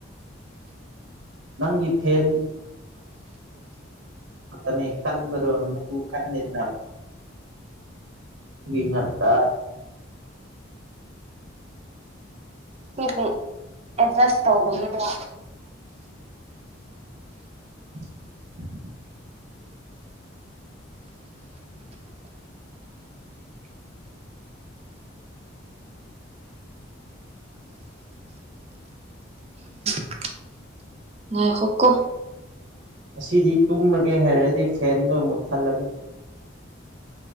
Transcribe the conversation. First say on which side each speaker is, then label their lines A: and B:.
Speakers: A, on the right; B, on the right.
A: ꯅꯪꯒꯤ ꯐꯦꯟꯣ ꯑꯅꯤ ꯀꯟ ꯃ ꯑꯗꯨꯣ ꯄ ꯀꯟꯅꯅ ꯉ ꯇ
B: ꯁꯤꯗꯤ ꯑꯦꯗꯖꯁ ꯇꯧꯕꯒꯤꯗ
A: <inaudible>
B: ꯎꯝ ꯉꯥꯏ ꯈꯣꯀꯣ
A: ꯑꯁꯤꯗꯤ ꯇꯨꯝꯃꯒꯦ ꯍꯥꯏꯔꯗꯤ ꯐꯦꯟꯗꯣ ꯃꯨꯠ ꯊꯠꯂꯅꯤ